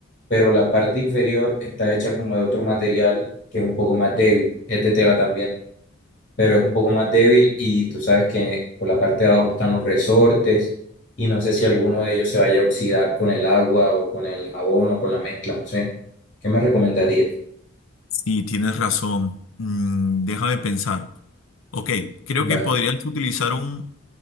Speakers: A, on the left (about 40°); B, on the left (about 75°).
A: pero la parte inferior está hecha como de otro material que es un poco más débil, es de tela también. pero es un poco más débil y tú sabes que por la parte de abajo están los resortes y no sé si alguno de ellos se vaya a oxidar con el agua o con el jabón o con la mezcla, no sé. ¿Qué me recomendarías?
B: Sí, tienes razón. Mm, déjame pensar. Ok, creo
A: Vale.
B: que podrías utilizar un